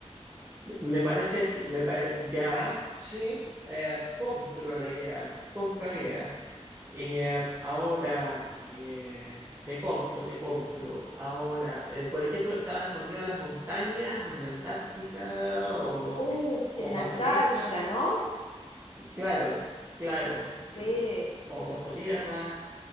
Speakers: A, on the right; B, on the left.
A: Me parece bien, me pare- ya, sí, eh, compro la idea, compro la idea. Eh, ahora, eh, te compro, te compro. Ahora, eh, por ejemplo, que estaban escondidos en las montañas o en la Antártica o,
B: Uf,
A: eh, o
B: en
A: bajo
B: la Antártica,
A: tierra.
B: ¿no?
A: Claro, claro.
B: Sí.
A: eh, o bajo tierra.